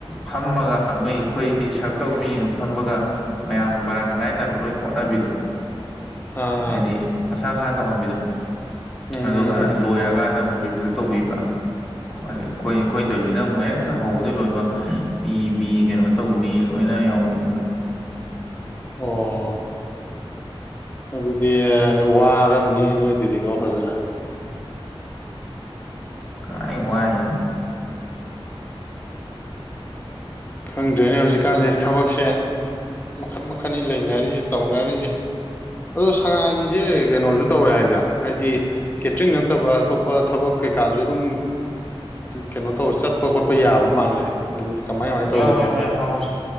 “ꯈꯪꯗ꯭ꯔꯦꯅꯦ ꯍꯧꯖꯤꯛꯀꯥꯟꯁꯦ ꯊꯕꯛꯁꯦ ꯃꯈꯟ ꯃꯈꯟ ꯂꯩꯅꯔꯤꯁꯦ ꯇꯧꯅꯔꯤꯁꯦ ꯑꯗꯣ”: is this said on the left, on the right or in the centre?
Left